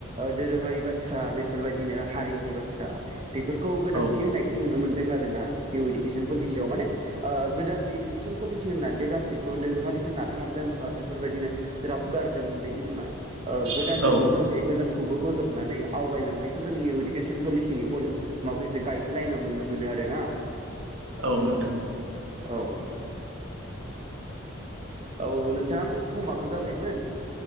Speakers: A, on the right; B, on the right.
A: दोरोङारि बाथ्रा बेफोरबायदिनो हारिनि बाथ्रा बेफोरखौ गोनांथि
B: औ
A: होनायखौ नुनो मोनदों आरो ना निउ इडुकेसन पलिसियाव माने ओ गोदान इडुकेसन पलिसि होननानै दे गासिखौबो दोरोङारिखौ नारखारदों बा बेफोरबायदिनो ज्राब गारदों बिदि नङा ओ गोदानजों
B: नोंथां
A: लोगोसे गोजोमखौबो बजबनानै आवगायलांनाय बेखौ जों निउ इडुकेसन पलिसिनि माखासे गाइदलाइनाव नुनो मोनो आरोना।
B: औ नोंथां औ
A: औ। औ औ नोंथां समाबो जाबायमोन।